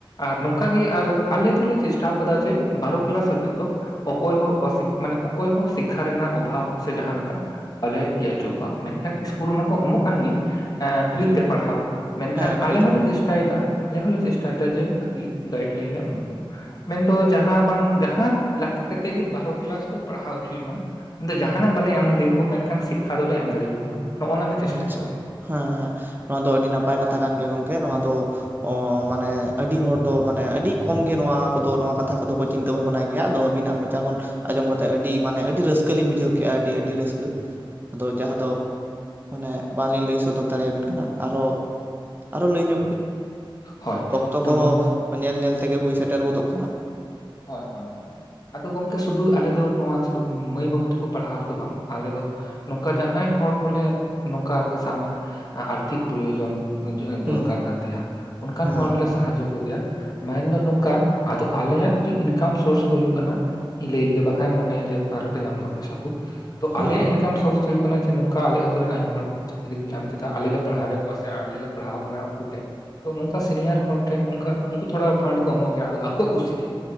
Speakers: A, on the left (about 45°); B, on the right (about 20°).
A: ᱟᱨ ᱱᱩᱝᱠᱟ ᱜᱮ ᱟᱨ ᱟᱞᱮ ᱫᱚᱞᱮ ᱪᱤᱥᱴᱟᱣ ᱠᱟᱫᱟ ᱡᱮ ᱵᱟᱨᱚ ᱠᱤᱞᱟᱥ ᱦᱟᱵᱤᱡ ᱫᱚᱼᱼ ᱚᱠᱚᱭ ᱦᱚᱸ ᱚ ᱥᱤᱠᱷ ᱢᱟᱱᱮ ᱚᱠᱚᱭ ᱦᱚᱸ ᱥᱤᱠᱠᱷᱟ ᱨᱮᱱᱟᱜ ᱚᱵᱷᱟᱵᱽ ᱥᱮ ᱡᱟᱦᱟᱸ ᱞᱮᱠᱟᱼᱼ ᱵᱟᱞᱮ ᱤᱭᱟᱹ ᱚᱪᱩᱣ ᱠᱚᱣᱟ ᱢᱮᱱᱠᱷᱟᱱ ᱤᱥᱠᱩᱞ ᱨᱮᱢᱟ ᱠᱚ ᱮᱢᱚᱜ ᱠᱟᱱ ᱜᱤ᱾ ᱮᱸ ᱯᱷᱨᱤ
B: ᱦᱩᱸ
A: ᱛᱮ ᱯᱟᱲᱦᱟᱣ ᱢᱮᱱᱠᱷᱟᱱ
B: ᱦᱮᱸ ᱯᱷᱨᱤ
A: ᱟᱞᱮ
B: ᱛᱮᱠᱚ
A: ᱦᱚᱸᱞᱮ
B: ᱮᱢᱚᱜᱼᱟ᱾
A: ᱪᱮᱥᱴᱟ ᱭᱮᱫᱟ᱾ ᱟᱞᱮ ᱦᱚᱸᱞᱮ ᱪᱮᱥᱴᱟᱭ ᱫᱟ ᱡᱮ ᱵᱷᱟᱜᱤ ᱜᱟᱭᱤᱰ ᱞᱟᱭᱤᱱ ᱞᱮ ᱮᱢᱟ ᱠᱚ ᱢᱟ᱾ ᱢᱮᱱ ᱫᱚ ᱡᱟᱦᱟᱸ ᱵᱟᱝ ᱡᱟᱦᱟᱸ ᱞᱮᱠᱷᱟ ᱠᱟᱛᱮᱜ ᱜᱮ ᱵᱟᱨᱚ ᱠᱤᱞᱟᱥ ᱫᱚ ᱯᱟᱲᱦᱟᱣ ᱚᱪᱩᱭᱤ ᱢᱟ᱾ ᱠᱤᱱᱛᱩ ᱡᱟᱦᱟᱸ ᱱᱟᱜ ᱵᱟᱞᱮ ᱮᱢ ᱫᱟᱹᱲᱤᱣ ᱠᱩ ᱢᱮᱱᱠᱷᱟᱱ ᱥᱤᱠᱠᱷᱟ ᱫᱚᱞᱮ ᱮᱢ ᱫᱟᱹᱲᱤᱣ ᱠᱩᱢᱟ ᱱᱚᱜ-ᱚᱱᱟ ᱞᱮ ᱪᱮᱥᱴᱟᱭ
B: ᱟᱪᱪᱷᱟ
A: ᱫᱟ ᱵᱚᱞᱮ᱾
B: ᱦᱮᱸ ᱦᱮᱸ ᱱᱚᱣᱟ ᱫᱚ ᱟᱹᱰᱤ ᱱᱟᱯᱟᱭ ᱠᱟᱛᱷᱟ ᱠᱟᱱ ᱜᱮᱭᱟ ᱜᱚᱝᱠᱮ ᱱᱚᱣᱟ ᱫᱚ᱾ ᱚᱻ ᱢᱟᱱᱮ ᱟᱹᱰᱤ ᱦᱚᱲ ᱫᱚ ᱢᱟᱱᱮ ᱟᱹᱰᱤ ᱠᱚᱢ ᱜᱮ ᱱᱚᱣᱟ ᱠᱚᱫᱚ ᱱᱚᱣᱟ ᱠᱟᱛᱷᱟ ᱠᱚᱫᱚ ᱠᱚ᱾ ᱪᱤᱱᱛᱟᱹ ᱵᱷᱟᱵᱽᱱᱟ ᱜᱮᱣᱟ ᱟᱫᱚ ᱟᱹᱵᱤᱱᱟᱜ ᱢᱚᱪᱟ ᱠᱷᱚᱱ᱾ ᱟᱸᱡᱚᱢ ᱠᱟᱛᱮᱜ ᱟᱹᱰᱤ ᱢᱟᱱᱮ ᱟᱹᱰᱤ ᱨᱟᱹᱥᱠᱟᱹ ᱞᱤᱧ ᱵᱩᱡᱷᱟᱹᱣ ᱠᱮᱜ-ᱟ ᱟᱹᱰᱤ ᱟᱹᱰᱤ ᱨᱟᱹᱥᱠᱟᱹ ᱟᱫᱚ ᱡᱟᱦᱟᱸ ᱫᱚ᱾ ᱢᱟᱱᱮ ᱵᱟᱝ ᱞᱤᱧ ᱞᱟᱹᱭ ᱥᱚᱫᱚᱨ ᱫᱟᱲᱮ ᱟᱵᱤᱱ ᱠᱟᱱᱟ ᱟᱨᱚ ᱟᱨᱚ ᱞᱟᱹᱭ ᱧᱚᱜᱽ ᱵᱤᱱ᱾
A: ᱦᱳᱭ
B: ᱚᱠᱛᱚ
A: ᱛᱚ
B: ᱠᱚᱦᱚᱸ
A: ᱱᱚ
B: ᱧᱮᱞ ᱧᱮᱞ ᱛᱮᱜᱮ ᱦᱩᱭ ᱥᱮᱴᱮᱨ ᱜᱚᱫᱚᱜ ᱠᱟᱱᱟ᱾
A: ᱦᱚᱭ ᱦᱚᱭ ᱦᱚᱭ᱾ ᱟᱫᱚ ᱜᱚᱝᱠᱮ ᱥᱩᱫᱩ ᱟᱞᱮ ᱫᱚ ᱱᱚᱣᱟ ᱥᱩᱫᱩ ᱢᱟᱹᱭ ᱵᱟᱹᱵᱩ ᱛᱟᱹᱠᱩ ᱯᱟᱲᱦᱟᱣ ᱨᱮᱫᱚ ᱵᱟᱝ ᱟᱞᱮ ‌ᱫᱚ᱾ ᱱᱚᱝᱠᱟ ᱡᱟᱦᱟᱸᱭ ᱦᱚᱲ ᱠᱚᱞᱮ ᱱᱚᱝᱠᱟ ᱟᱨ ᱠᱤ ᱥᱟᱵᱽ ᱢᱮ ᱟᱨᱛᱷᱤᱠ ᱯᱨᱳᱭᱳᱡᱚᱱ᱾ ᱡᱮᱸ
B: ᱦᱩᱸ
A: ᱫᱚᱨᱠᱟᱨ ᱠᱟᱱ ᱛᱟᱣᱟ ᱚᱱᱠᱟᱱ
B: ᱦᱮᱸ
A: ᱦᱚᱲ ᱦᱚᱸᱞᱮ ᱥᱟᱦᱟᱡᱳᱜᱽ ᱦᱩᱠ ᱜᱮᱭᱟ ᱢᱮᱱ ᱫᱚ ᱱᱚᱝᱠᱟ ᱟᱫᱚ ᱟᱞᱮᱱ ᱟᱜ᱾ ᱡᱮ ᱤᱱᱠᱟᱢ ᱥᱳᱨᱥ ᱫᱚ ᱦᱩᱭᱩᱜ ᱠᱟᱱᱟ ᱤᱧ ᱞᱟᱹᱭ ᱞᱮᱜᱮ ᱵᱟᱠᱷᱟᱡ ᱮᱢ ᱢᱚᱱᱮᱭᱟ ᱡᱮ ᱚᱠᱟ ᱨᱮᱯᱮ ᱧᱟᱢ ᱫᱟ ᱯᱚᱭᱥᱟ ᱠᱩ᱾ ᱛᱚ
B: ᱦᱮᱸ
A: ᱟᱞᱮᱭᱟᱜ ᱤᱱᱠᱟᱢ ᱥᱳᱨᱥ ᱫᱚ ᱦᱩᱭᱩᱜ ᱠᱟᱱᱟ ᱡᱮ ᱱᱚᱝᱠᱟ ᱟᱞᱮ ᱟᱹᱛᱩ ᱨᱮᱱ ᱟᱭᱢᱟ ᱦᱚᱲ ᱠᱩ ᱪᱟᱠ᱾ ᱪᱟᱹᱠᱨᱤ ᱠᱚ ᱧᱟᱢ ᱠᱮᱫᱟ ᱟᱞᱮ ᱞᱮ ᱯᱟᱲᱦᱟᱣᱮᱜ ᱠᱚᱣᱟ ᱥᱮ ᱟᱞᱮ ᱞᱮ ᱯᱟᱲᱦᱟᱣ ᱠᱟᱱᱟ ᱩᱱᱠᱩ ᱴᱷᱮᱜ᱾ ᱛᱚ ᱱᱚᱝᱠᱟ ᱥᱤᱱᱤᱭᱟᱨ ᱦᱚᱲ ᱴᱷᱮᱱ ᱱᱚᱝᱠᱟ ᱩᱱᱠᱩ ᱛᱷᱚᱲᱟ ᱯᱷᱟᱱᱰ ᱠᱚ ᱮᱢᱚᱜ ᱜᱮᱭᱟ ᱟᱫᱚ ᱟᱠᱚᱣᱟᱜ ᱠᱩᱥᱤ ᱛᱮ᱾